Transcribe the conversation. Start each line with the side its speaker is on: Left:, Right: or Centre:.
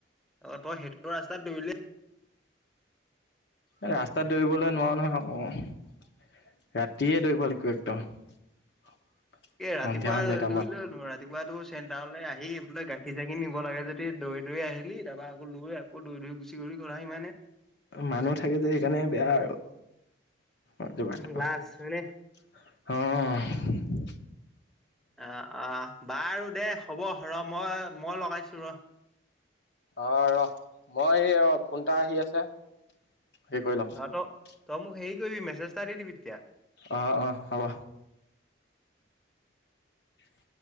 Centre: অ তই সেইটো ৰাস্তাত ধৰিলি <unintelligible>
Left: এই ৰাস্তাত দৌৰিবলৈ নোৱাৰো নহয় আকৌ। ৰাতিে দৈ পালিকো একদম <unintelligible>
Centre: এ ৰাতিপুৱা
Left: সন্ধিয়া সন্ধিয়া টাইমত
Centre: দৌৰিলে হ'লো ৰাতিপুৱাাতটো চেণ্টাৰলৈ আহি বোলে, গাখীৰ চাখি নিব লাগে যদি দৌৰি দৌৰি আহিলি তাৰপৰা আকৌ লৈ আকৌ দৈৰি গুচি গল'লিানে <unintelligible>
Left: মানুহ থাকে যে, সেইকাৰণে বেয়া আৰু। অজাট বা
Centre: লাজ হয়নে
Left: অ <unintelligible>
Centre: অ অ বাৰু দে হ'ব ৰ মই মই লগাইছো ৰ
Left: অ ৰহ মই ৰ ফোন এটা আহি আছে হেৰি কৰি লওঁ <unintelligible>
Centre: অ'
Left: <inaudible> <inaudible>
Centre: ত মোক হেৰি কৰিবি মেছেজ এটা দি দিবি তেতিয়া।
Left: অঁ অঁ হ'ব <inaudible>